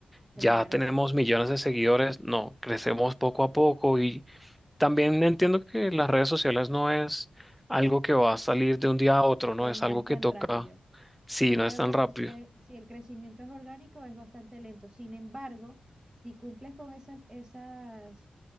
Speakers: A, on the right; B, in the centre.
A: Claro,
B: ya tenemos millones de seguidores, no, crecemos poco a poco y también entiendo que las redes sociales no es algo que va a salir de un día a otro, no
A: eh,
B: es
A: no
B: algo
A: es
B: que
A: tan
B: toca,
A: rápido.
B: sí,
A: Claro
B: no es tan
A: que
B: rápido.
A: no, si el, si el crecimiento es orgánico, es bastante lento. Sin embargo, si cumples con esas, esas